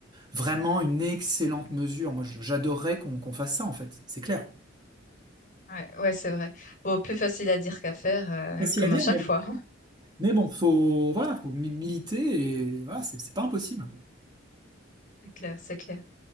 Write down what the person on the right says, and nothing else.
Vraiment une excellente mesure. Moi, je- j'adorerais qu'on qu'on fasse ça, en fait. C'est clair.
Facile
à dire,
mais,
mais bon, faut, voilà, faut mi- militer et voilà, c'est c'est pas impossible.